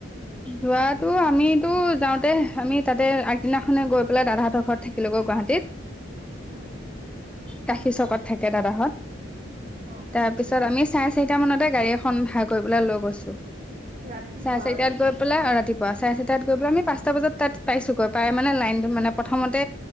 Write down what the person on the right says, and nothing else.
উম।
অ
ৰাতিপুৱা
আৰু